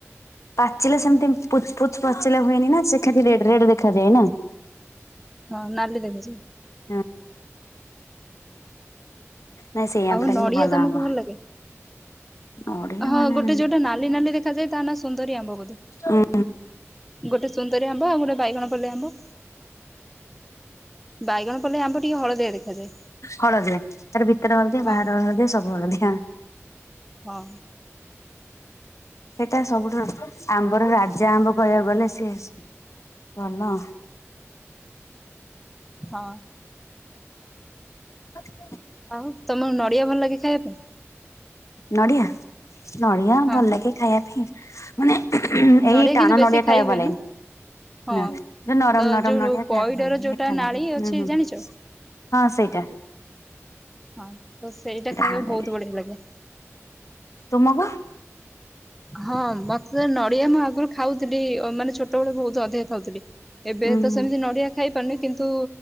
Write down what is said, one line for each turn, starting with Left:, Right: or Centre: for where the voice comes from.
Left: ପାଚିଲା ସେମିତି ପୁଚ ପୁଚ୍ ପାଚିଲା ହୁଏନି ନା ସେ ଖାଲି ରେଡ୍ ରେଡ୍ ଦେଖାଯାଏ ନା?
Centre: <unintelligible> ହଁ ନାଲି ଦେବି ଯେ।
Left: <unintelligible> ନାଇଁ ସେଇ ଆମ୍ବ
Centre: ଆଉ
Left: ଟା
Centre: ନଡିଆ
Left: କିନ୍ତୁ ଭଲ
Centre: ତମକୁ
Left: ଆମ୍ବ
Centre: ଲାଗେ?
Left: ନଡିଆ
Centre: ହଁ
Left: ମାନେ
Centre: ଗୋଟେ ଯୋଉଟା ନାଲି ନାଲି ଦେଖାଯାଏ ତା ନା ସୁନ୍ଦରୀ ଆମ୍ବ ବୋଧେ?
Left: ଉଁ
Centre: ଗୋଟେ ସୁନ୍ଦରି ଆମ୍ବ ଆଉ ଗୋଟେ ବାଇଗଣ ପଲେଇ ଆମ୍ବ। ବାଇଗଣ ପଲେଇ ଆମ୍ବ ଟିକେ ହଳଦିଆ ଦେଖାଯାଏ।
Left: ହଳଦିଆ ତାର ଭିତରେ ହଳଦିଆ
Centre: ହଁ
Left: ବାହାର ହଳଦିଆ ସବୁ ହଳଦିଆ।
Centre: ହଁ।
Left: ସେଇଟା ସବୁଠୁ ଆମ୍ବର ରାଜା ଆମ୍ବ କହିବାକୁ ଗଲେ ସିଏ ଭଲ
Centre: ହଁ।
Left: କ
Centre: ଆଉ ତମକୁ ନଡିଆ ଭଲ ଲାଗେ ଖାଇବା ପାଇଁ?
Left: ନଡିଆ- ନଡିଆ
Centre: ହଁ
Left: ଭଲ ଲାଗେ ଖାଇବା ପାଇଁ। ମାନେ
Centre: ନଡିଆ
Left: ଏଇ ଟାଣ
Centre: କିନ୍ତୁ ବେଶୀ
Left: ନଡିଆ
Centre: ଖାଇ
Left: ଖାଇବା
Centre: ହୁଏନି
Left: ଭଲଲାଗେନି।
Centre: ହଁ
Left: ନା ଯଉ ନରମ୍
Centre: ତ
Left: ନରମ୍
Centre: ଯୋଉ
Left: ନଡିଆ
Centre: ପଇଡର
Left: ଖାଇଲେ ଭଲ ଲାଗେ
Centre: ଯୋଉଟା
Left: ମିଠା
Centre: ନାଳି
Left: ଲାଗେ ହୁଁ
Centre: ଅଛି
Left: -ହୁଁ।
Centre: ଜାଣିଛ?
Left: ହଁ ସେଇଟା।
Centre: ହଁ ତ ସେଇଟା ଖାଇବାକୁ
Left: ଭଲ ଲାଗେ
Centre: ବହୁତ୍ ବଢିଆ ଲାଗେ।
Left: ତୁମକୁ?
Centre: ହଁ ମତେ ନଡିଆ ମୁଁ ଆଗରୁ ଖାଉଥିଲି ମାନେ ଛୋଟବେେଳେ ବହୁତ ଅଧିକ ଖାଉଥିଲି। ଏବେ
Left: ଉୁଁ
Centre: ତ
Left: ହୁଁ
Centre: ସେମିତି ନଡିଆ ଖାଇ ପାରୁନି କିନ୍ତୁ